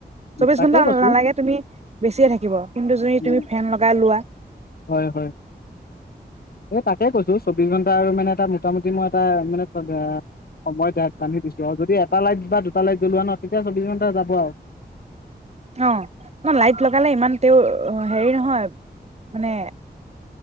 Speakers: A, on the right; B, on the left.
A: চৌবিশ
B: তাকে
A: ঘন্টা
B: কৈছো
A: নালাগে তুমি বেছিয়ে থাকিব কিন্তু যদি
B: উম
A: তুমি ফেন লগাই লোৱা
B: হয় হয় এই তাকে কৈছো চৌবিশ ঘন্টা আৰু মানে এটা মোটামুটি মই এটা মানে সময় বান্ধি দিছো আৰু যদি এটা লাইট বা দুটা লাইট জ্বলোৱা ন তেতিয়া চৌবিশ ঘন্টা যাব আৰু
A: অ ন লাইট লগালে ইমান তেওঁৰ হেৰি নহয় মানে